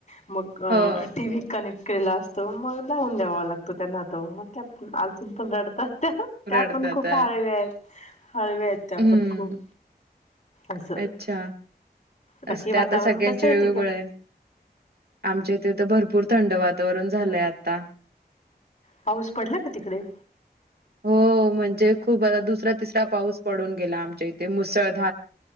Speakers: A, on the left; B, on the right.
A: मग अ
B: हो,
A: टीव्ही कनेक्ट केला अस मग लावून द्यावा लागतो. त्यांना तो मग त्या अजून पण रडतात. त्या
B: रडतात
A: पण खूप
B: अ,
A: हळव्या हेत हळव्या हेत त्या
B: हं.
A: पण खूप असं
B: अच्छा,
A: बाकी
B: असते
A: वातावरण
B: आता सगळ्यांची
A: कसं आहे
B: वेगवेगळ
A: तिकड
B: हे आमच्या इथे तर भरपूर थंड वात तोरन झालंय आता.
A: पाऊस पडला का तिकडे?
B: हो म्हणजे खूप आता दुसरा तिसरा पाऊस पडून गेला आमच्या इथे मुसळ